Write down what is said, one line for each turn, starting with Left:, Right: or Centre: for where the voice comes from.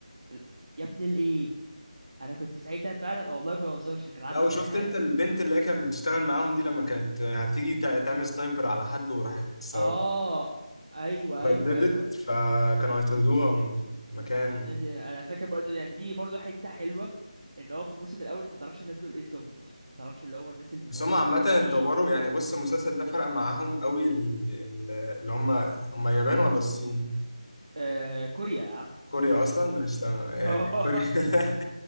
Right: ال- يا ابن الايه انا كنت ساعتها فعلا والله ما بهزرش كان عندي
Left: لا وشفت
Right: امتحان
Left: انت البنت اللي هي كانت بتشتغل معاهم دي لما كانت هتيجي تع- تعمل سنايبر على حد وراحت س-
Right: اه ايوه
Left: رددت
Right: ايوه ايوه
Left: فكانوا هيطردوها من مكان
Right: يعني انا فاكر برضه يعني دي برضه حته حلوه ان هو في الموسم الاول انت تعرفش الناس دول ايه نظامهم اصلا انت تعرفش اللي هو الناس اللي بيموتوا
Left: بس هم عامة
Right: دول دول
Left: اتطوروا
Right: ايه
Left: يعني بص المسلسل ده فرق معاهم قوي ال- ال- اللي هم هم اليابان ولا الصين؟
Right: آه كوريا يا عم
Left: كوريا أصلا مش تمام يعني
Right: <laughs>
Left: كوريا